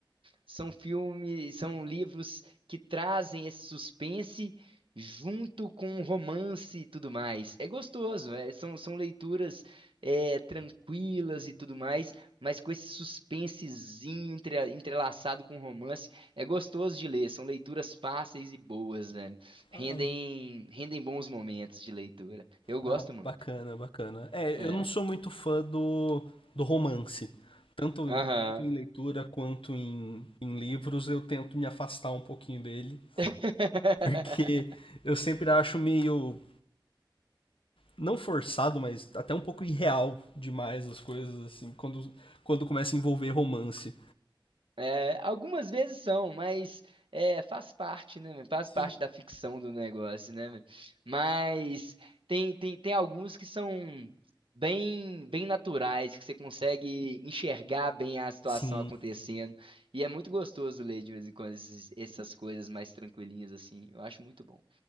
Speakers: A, on the right; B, on the left.
A: são filmes, são livros que trazem esse suspense junto com romance e tudo mais. É gostoso, é, são são leituras é, tranquilas e tudo mais, mas com esse suspensezinho entre, entrelaçado com romance, é gostoso de ler. São leituras fáceis e boas, Rendem,
B: Ah,
A: rendem bons momentos de leitura. Eu gosto
B: ah,
A: muito.
B: bacana, bacana. É,
A: É.
B: eu não sou muito fã do, do romance. Tanto,
A: Aham.
B: tanto em leitura quanto em, em livros, eu tento me afastar um pouquinho dele. <laughs>
A: <laughs>
B: Porque eu sempre acho meio. Não forçado, mas até um pouco irreal demais as coisas, assim, quando, quando começa a envolver romance.
A: É, algumas vezes são, mas é, faz parte, né? meu? Faz
B: Sim.
A: parte da ficção do negócio, né? meu? Mas tem, tem, tem alguns que são bem, bem naturais, que você consegue enxergar bem a situação
B: Sim,
A: acontecendo. E é muito gostoso ler de vez em quando esses- essas coisas mais tranquilinhas assim. Eu acho muito bom.